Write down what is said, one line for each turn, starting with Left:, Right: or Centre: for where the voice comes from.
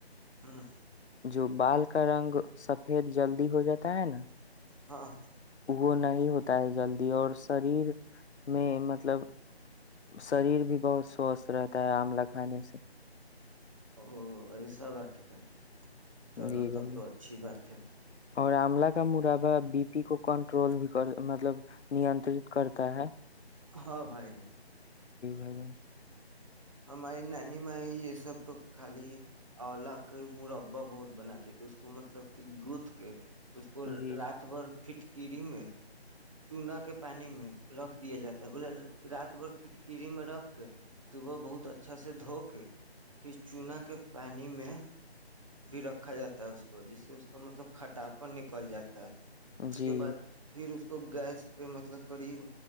Right: ہاں <unintelligible>
Left: جو بال کا رنگ سفید جلدی ہو جاتا ہے نا
Right: ہاں <unintelligible>
Left: وہ نہیں ہوتا ہے جلدی اور شریر میں مطلب شریر بھی بہت سوستھ رہتا ہے آملہ کھانے سے
Right: او یہی سا بات ہے بھائی چلو
Left: جی بھائی
Right: تب تو اچھی بات ہے
Left: اور آملہ کا مرابا بی پی کو کنٹرول بھی کر مطلب نیترت کرتا ہے <unintelligible>
Right: ہاں بھائی ج <unintelligible>
Left: ب گا <unintelligible>
Right: ہماری نانی م یہ سب تو خالی اولا کے مربا بہت بناتی تھے اس کو مطلب کہ گتھ کے اس کو
Left: جی
Right: رات بھر <unintelligible> فھٹکڑ میں <unintelligible> چونا کے پانی میں رکھ دیا جاتا ہے بولے رات بھر پٹکری میں رکھ کے صبح بہت اچھا سے دھو کے پھر چونا کے پانی میں بھی رکھا جاتا ہے اس کو جس سے اس کا مطلب کھٹاپن نکل جاتا ہے اس
Left: جی
Right: کے بعد پھر <unintelligible> اس کو گیس پہ مطلب قریب